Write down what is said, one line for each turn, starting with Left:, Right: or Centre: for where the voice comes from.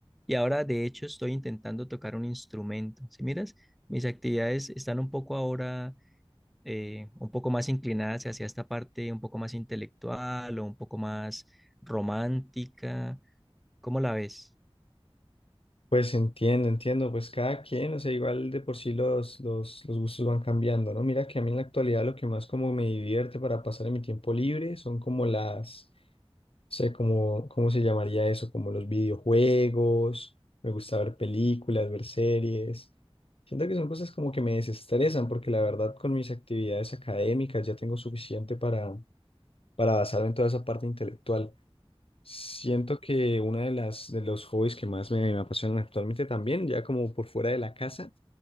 Centre: Y ahora, de hecho, estoy intentando tocar un instrumento. Si miras, mis actividades están un poco ahora eh, un poco más inclinadas hacia esta parte un poco más intelectual o un poco más romántica. ¿Cómo la ves?
Left: Pues entiendo, entiendo, pues cada quien, o sea, igual de por sí los, los, los gustos van cambiando, ¿no? Mira que a mí en la actualidad lo que más como me divierte para pasar en mi tiempo libre son como las, no sé, como, ¿cómo se llamaría eso? Como los videojuegos, me gusta ver películas, ver series. Siento que son cosas como que me desestresan porque la verdad con mis actividades académicas ya tengo suficiente para, para basarme en toda esa parte intelectual. Siento que una de las de los hobbies que más me, me apasionan actualmente también, ya como por fuera de la casa,